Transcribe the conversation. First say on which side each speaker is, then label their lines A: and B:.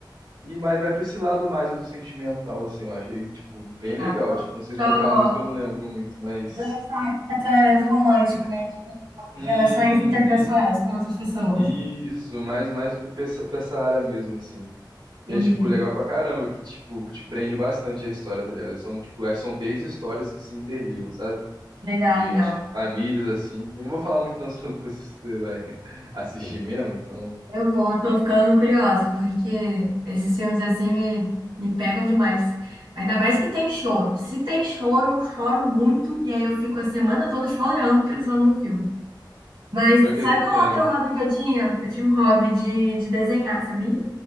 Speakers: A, on the right; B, on the right.
A: e mais vai pra esse lado mais do sentimental, assim, eu acho. E, tipo, bem legal.
B: Tá? Não
A: Tipo, não sei explicar
B: só,
A: muito que eu não lembro muito, mas.
B: não é só um relacionamento romântico, né? Tipo,
A: Uhum.
B: Relações interpessoais com outras pessoas.
A: Isso, mais, mais pra essa pra essa área mesmo, assim. E
B: Entendi.
A: é, tipo, legal pra caramba, que, tipo, te prende bastante a história, tá ligado? São, tipo, acho que são três histórias que se interligam, sabe?
B: Legal,
A: De,
B: legal.
A: acho que famílias, assim. Eu não vou falar muito não, <laughs> senão depois você vai <laughs> assistir mesmo, então...
B: Eu vou, eu tô ficando curiosa, porque esses filmes assim me, me pegam demais. Ainda mais que tem choro. Se tem choro, eu choro muito, e aí eu fico a semana toda chorando pensando no filme. Mas
A: Pior que
B: sabe
A: é assim
B: o
A: mesmo.
B: outro hobby que eu tinha? Eu tinha um hobby de, de desenhar, sabia?